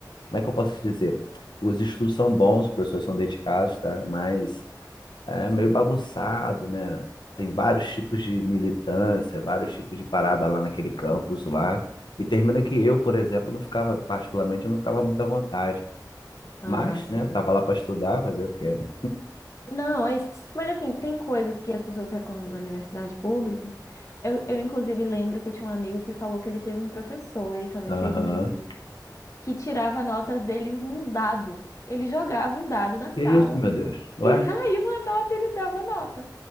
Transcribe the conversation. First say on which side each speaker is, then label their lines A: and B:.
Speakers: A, on the left; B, on the left.
A: como é que eu posso te dizer? Os estudos são bons, os professores são dedicados, tá? Mas É meio bagunçado, né? Tem vários tipos de militância, vários tipos de parada lá naquele campus lá. E termina que eu, por exemplo, não ficava, particularmente, eu não ficava muito à vontade.
B: Ah,
A: Mas,
B: sim.
A: né, tava lá para estudar, fazer o quê, né?
B: Não, é, isso. mas assim, tem coisas que as pessoas reclamam da universidade pública. Eu, eu, inclusive, lembro que eu tinha um amigo que falou que ele teve um professor, ele também
A: Aham.
B: fez engenharia, que tirava notas deles num dado. Ele jogava um dado na sala.
A: Que isso, meu Deus? Ué?
B: E saía uma nota, ele dava nota.